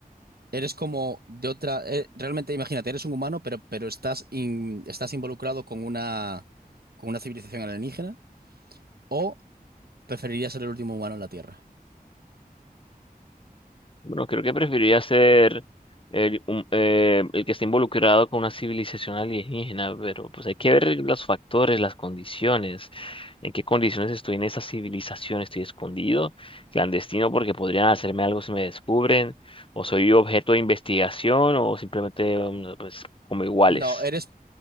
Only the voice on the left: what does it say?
Bueno, creo que preferiría ser el, un- eh, el que esté involucrado con una civilización alienígena, pero pues hay que ver los factores, las condiciones, en qué condiciones estoy en esa civilización, estoy escondido, clandestino porque podrían hacerme algo si me descubren, o soy objeto de investigación, o simplemente mm, pues como iguales.